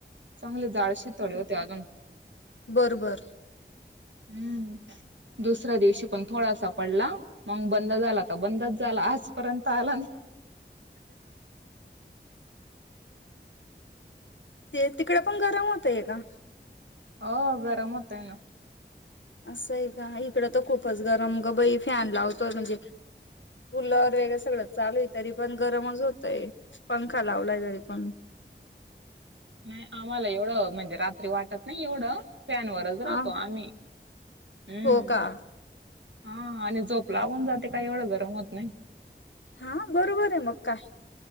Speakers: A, on the right; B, on the left.
A: चांगले जाडशी तोडे होते अजून
B: बरं बरं
A: हम्म दुसऱ्या दिवशी पण थोडासा पडला मग बंद झाला तर बंदच झाला आजपर्यंत आला नाही
B: ते तिकडे पण गरम होतय का
A: हो गरम होत आहे ना
B: असं आहे का इकडं तर खूपच गरम ग बई फॅन लावतोय म्हणजे कूलर वगरे सगळं चालू आहे तरी पण गरमच होतय पंखा लावलाय तरी पण
A: नाही आम्हाला एवढं म्हणजे रात्री वाटत नाही एवढं त्याॅनवरच राहतो
B: हा
A: आम्ही हम्म
B: हो का
A: हा आणि झोप लावून जाते काही एवढं गरम होत नाही
B: हा बरोबर आहे मग काय